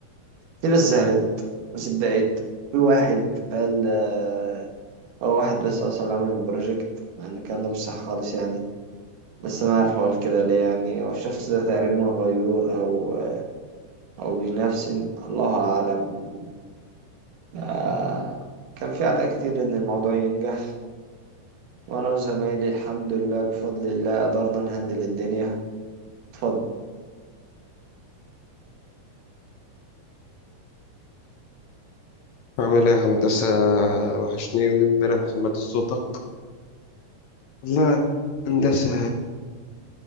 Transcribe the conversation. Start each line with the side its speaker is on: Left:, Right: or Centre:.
Right: في ناس زعلت ناس اتضايقت في واحد قال آه، هو واحد بس أصلا عمل البروجكت مع إن كان ده مش صح خالص يعني بس أنا عارف هو قال كده ليه يعني هو الشخص ده تقريبا غيور أو آه، أو بينافسن الله أعلم ده كان في أعداء كتير إن الموضوع ينجح وأنا وزمايلي الحمد لله بفضل الله قدرنا نهندل الدنيا اتفضل
Left: عامل ايه يا هندسة وحشني من امبارح ما سمعت صوتك والله يا هندسة